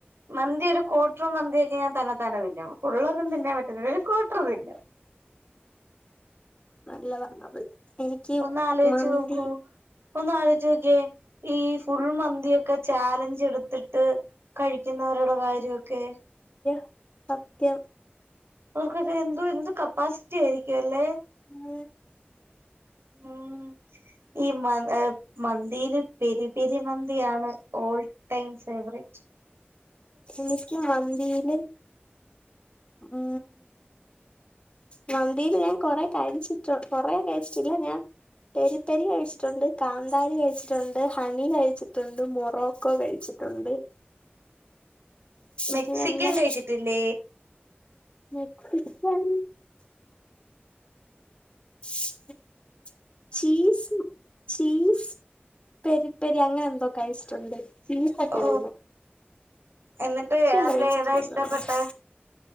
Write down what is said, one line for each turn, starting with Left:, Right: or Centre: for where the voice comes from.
Right: മന്തി ഒരു കോട്ട്ര് മന്തിയൊക്കെ ഞാൻ തന്നെ തന്നെ തിന്നും ഫുള്ളൊന്നും തിന്നാൻ പറ്റുന്നില്ല ഒരു ക്വാട്ട്ര് തിന്നും
Left: നല്ലതാ അത്. എനിക്ക്
Right: ഒന്ന് ആലോചിച്ച്
Left: മന്തി
Right: നോക്കൂ ഒന്ന് ആലോചോക്കെ ഈ ഫുൾ മന്തിക്കെ ചാലഞ്ച് എടുത്തിട്ട് കഴിക്കുന്നവരുടെ കാര്യമൊക്കെ
Left: യ സത്യം
Right: അവർക്കൊക്കെ എന്തോ എന്ത് കപ്പാസിറ്റി ആയിരിക്കും അല്ലേ
Left: മ
Right: ഉം ഈ മ മന്തിയില് പെരി പെരി മന്തിയാണ് ഓൾഡ് ടൈംസ് വറേജ്
Left: എനിക്ക് മന്തിയില് ഉ മന്തിൽ ഞാൻ കൊറെ കഴിച്ചിട്ടു കൊറേ കഴിച്ചിട്ടില്ല ഞാൻ പരിപ്പരി കഴിച്ചിട്ടുണ്ട് കാന്താരി കഴിച്ചിട്ടുണ്ട് ഹണി കഴിച്ചിട്ടുണ്ട് മൊറോക്കോ കഴിച്ചിട്ടുണ്ട് എണ്ട്
Right: മെക്സിക്ക
Left: ഇതെല്ലാം
Right: കഴിച്ചിട്ടില്ലേ
Left: മെക്സിക്കൻ ഉ ചീസ് ചീസ് പെരി പെരി അങ്ങനെ എന്തോകഴച്ചിട്ടുണ്ട് <unintelligible>
Right: ഓ എന്നിട്ട് അതില്ഏതാ
Left: കഴിച്ചിട്ടില്ലെന്ന്
Right: ഇഷ്ടപ്പെട്ടത്
Left: തോന്നുന്നു